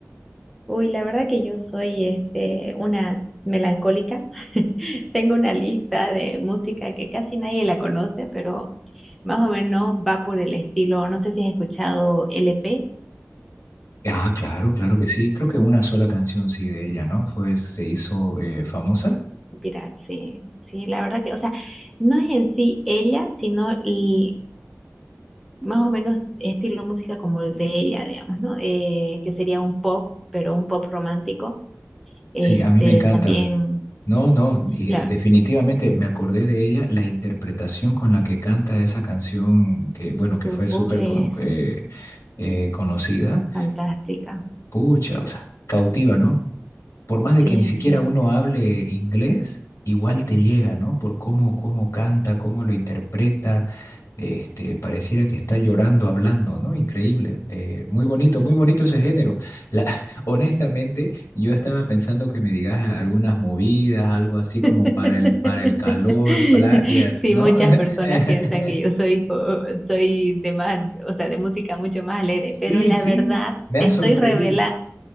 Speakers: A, in the centre; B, on the left (about 70°).
A: Uy, la verdad que yo soy este, una melancólica. <laughs> Tengo una lista de música que casi nadie la conoce, pero más o menos va por el estilo. No sé si has escuchado LP.
B: Ah, claro, claro que sí. Creo que una sola canción sí de ella, ¿no? Fue, se hizo eh, famosa.
A: Mira, sí, sí, la verdad que, o sea, no es en sí ella, sino el- más o menos estilo música como el de ella, digamos, ¿no? Eh, que sería un pop, pero un pop romántico. Este,
B: Sí, a mí me encanta,
A: también.
B: No, no, y
A: la
B: definitivamente me acordé de ella, la interpretación con la que canta esa canción, que bueno, que
A: Su
B: fue
A: voz
B: súper
A: es
B: con- que, eh, conocida,
A: fantástica.
B: pucha, o sea, cautiva, ¿no? por más de
A: Sí,
B: que ni siquiera
A: sí.
B: uno hable inglés, igual te llega, ¿no? Por cómo, cómo canta, cómo lo interpreta, este, pareciera que está llorando hablando, ¿no? Increíble, eh, muy bonito, muy bonito ese género. La, <laughs> honestamente, yo estaba pensando que me digas algunas movidas, algo así
A: <laughs>
B: como para el, para el calor, playa,
A: Sí,
B: ¿no?
A: muchas personas
B: <laughs>
A: piensan que yo soy, co- soy de más, o sea, de música mucho más alegre, pero
B: Sí,
A: la
B: sí,
A: verdad
B: me
A: te
B: ha
A: estoy
B: sorprendido.
A: revelando